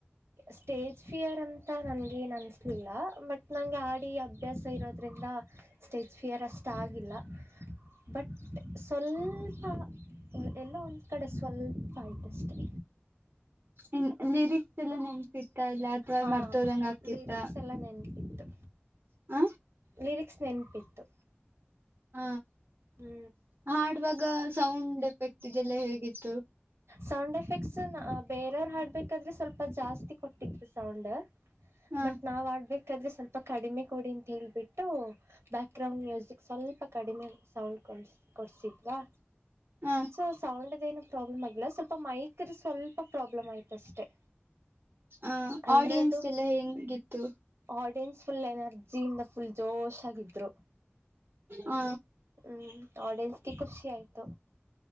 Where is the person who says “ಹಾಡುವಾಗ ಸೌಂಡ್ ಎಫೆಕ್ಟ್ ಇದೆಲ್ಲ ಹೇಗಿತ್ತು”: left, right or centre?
Right